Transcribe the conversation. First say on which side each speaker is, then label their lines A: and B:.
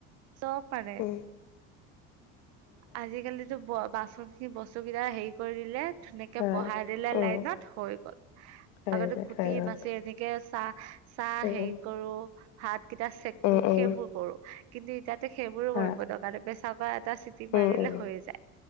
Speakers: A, on the right; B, on the left.
A: চব মানে।
B: উ।
A: আজিকালিতো, ব-বাচনখিনি বস্তু কেইটা হেৰি কৰি দিলে। ধুনিয়াকে
B: হয়
A: বহাই দিলে
B: উম
A: লাইনত, হৈ গ'ল।
B: হৈ
A: আগতে কুটি
B: হৈ গ'ল।
A: বাচি এনেকে চা চাহ
B: উম,
A: হেৰি কৰোঁ, হাত কেইটা চেকো,
B: উম, উম।
A: সেইবোৰ কৰোঁ কিন্তু এতিয়া তে সেইবোৰো
B: হা,
A: কৰিব দৰকাৰ নাই, পেচা কুকাৰ এটা চিটি
B: উম,
A: মাৰিলে
B: উম,
A: হৈয়ে যায়।